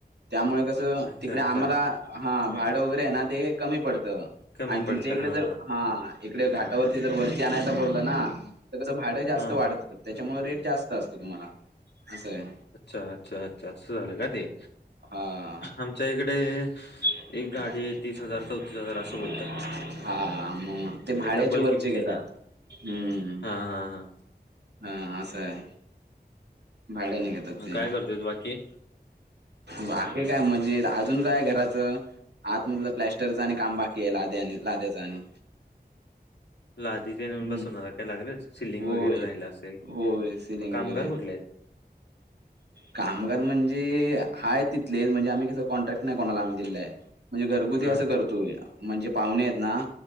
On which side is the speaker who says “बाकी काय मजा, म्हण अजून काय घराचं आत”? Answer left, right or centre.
Right